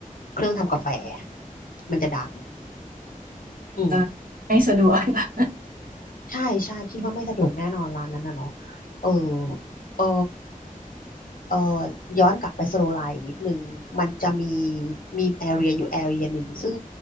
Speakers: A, on the left (about 80°); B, on the right (about 80°).
A: เครื่องทำกาแฟมันจะดังอืม
B: <laughs> จะไม่สะดวก <laughs>
A: ใช่ใช่คิดว่าไม่สะดวกแน่นอนร้านนั้นนะเนาะเออเออ เอ่อย้อนกลับไปสโลไลน์นิดนึงมันจะมีมีแอเรียอยู่แอเรียหนึ่งซึ่ง